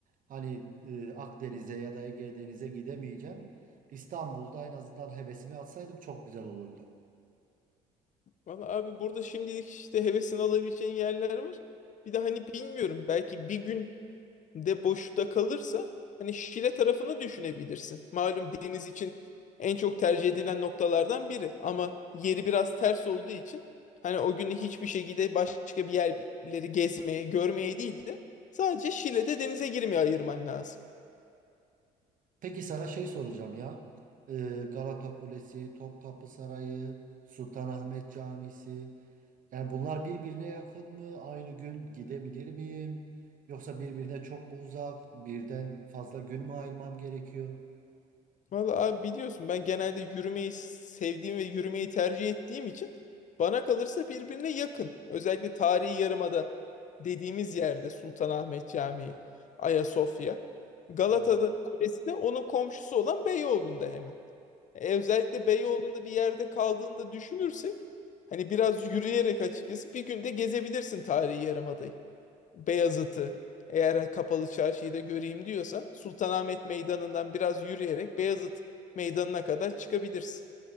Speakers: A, on the right (about 50°); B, on the left (about 45°).
A: Hani e, Akdeniz'e ya da Ege Deniz'e gidemeyeceğim. İstanbul'da en azından hevesimi atsaydım çok güzel olurdu.
B: Vallahi abi burada şimdilik işte hevesini alabileceğin yerler var. Bir de hani bilmiyorum belki bir gün de boşta kalırsa hani Şile tarafını düşünebilirsin. Malum deniz için en çok tercih edilen noktalardan biri ama yeri biraz ters olduğu için hani o günü hiçbir şekilde başka bir yerleri gezmeye, görmeye değil de sadece Şile'de denize girmeye ayırman lazım.
A: Peki sana şey soracağım ya. Ee, Galata Kulesi, Topkapı Sarayı, Sultanahmet Camisi. Yani bunlar birbirine yakın mı? Aynı gün gidebilir miyim? Yoksa birbirine çok mu uzak? Birden fazla gün mü ayırmam gerekiyor?
B: Vallahi abi biliyorsun ben genelde yürümeyi sevdiğim ve yürümeyi tercih ettiğim için bana kalırsa birbirine yakın. Özellikle tarihi yarımada dediğimiz yerde Sultanahmet Camii, Ayasofya, Galata'da
A: Evet.
B: Kulesi de onun komşusu olan Beyoğlu'nda hemen. E, özellikle Beyoğlu'nda bir yerde kaldığında düşünürsek hani biraz yürüyerek açıkçası bir günde gezebilirsin tarihi yarımadayı. Beyazıt'ı eğer kapalı çarşıyı da göreyim diyorsan Sultanahmet Meydanı'ndan biraz yürüyerek Beyazıt Meydanı'na kadar çıkabilirsin.